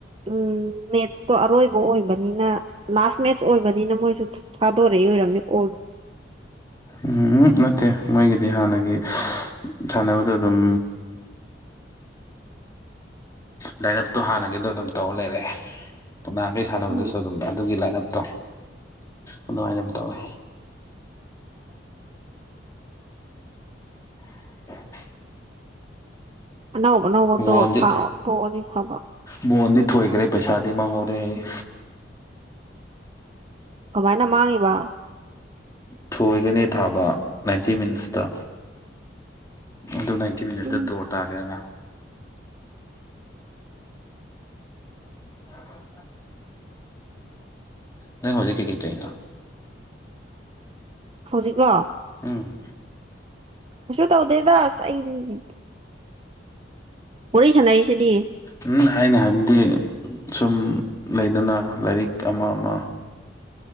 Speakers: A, on the right (about 30°); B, on the left (about 20°).
A: ꯎꯝ ꯃꯦꯠꯁꯇꯣ ꯑꯔꯣꯏꯕ ꯑꯣꯏꯕꯅꯤꯅ ꯂꯥꯁ ꯃꯦꯠꯁ ꯑꯣꯏꯕꯅꯤꯅ ꯃꯣꯏꯁꯨ ꯊꯥꯗꯣꯔꯛꯏ ꯑꯣꯏꯔꯝꯅꯤ ꯀꯣꯜ
B: ꯎꯝ ꯅꯠꯇꯦ ꯃꯣꯏꯒꯤꯗꯤ ꯍꯥꯟꯅꯒꯤ ꯁꯥꯟꯅꯕꯗꯣ ꯑꯗꯨꯝ ꯂꯥꯏꯟ ꯑꯞꯇꯣ ꯍꯥꯟꯅꯒꯤꯗꯣ ꯑꯗꯨꯝ ꯇꯧꯔꯦ ꯂꯩꯔꯦ <unintelligible> ꯁꯥꯟꯅꯕꯗꯁꯨ
A: ꯎꯝ
B: ꯑꯗꯨꯝ ꯑꯗꯨꯒꯤ ꯂꯥꯏꯅ ꯑꯞꯇꯣ ꯑꯗꯨꯃꯥꯏꯅ ꯑꯗꯨꯝ ꯇꯧꯋꯦ
A: <inaudible>
B: <inaudible>
A: ꯑꯅꯧ ꯑꯅꯧꯕꯗꯣ
B: ꯕꯣꯟꯗꯤ
A: ꯊꯥꯎ ꯇꯣꯛꯑꯗꯤ ꯐꯕ
B: ꯕꯣꯟꯗꯤ ꯊꯣꯏꯈ꯭ꯔꯦ ꯄꯩꯁꯥꯗꯤ ꯃꯥꯡꯍꯧꯔꯦꯌꯦ
A: ꯀꯃꯥꯏꯅ ꯃꯥꯡꯉꯤꯕ
B: ꯊꯣꯏꯒꯅꯦ ꯊꯥꯕ ꯅꯥꯏꯟꯇꯤ ꯃꯤꯅꯤꯠꯁꯇ ꯑꯗꯨ ꯅꯥꯏ ꯇꯤ ꯃꯤꯅꯠꯇ
A: ꯎꯝ
B: ꯗꯣꯔ ꯇꯥꯒ꯭ꯔꯦꯅ <inaudible> ꯅꯪ ꯍꯧꯖꯤꯛ ꯀꯩ ꯀꯩ ꯇꯣꯏꯅꯣ
A: ꯍꯧꯖꯤꯛꯂꯣ
B: ꯎꯝ
A: ꯀꯩꯁꯨ ꯇꯧꯗꯦꯗ ꯑꯁ ꯑꯩꯗꯤ ꯋꯥꯔꯤ ꯁꯥꯟꯅꯩꯁꯤꯗꯤ
B: ꯎꯝ ꯑꯩꯅ ꯍꯥꯏꯕꯗꯤ ꯁꯨꯝ ꯂꯩꯗꯅ ꯂꯥꯏꯔꯤꯛ ꯑꯃꯥ ꯑꯃꯥ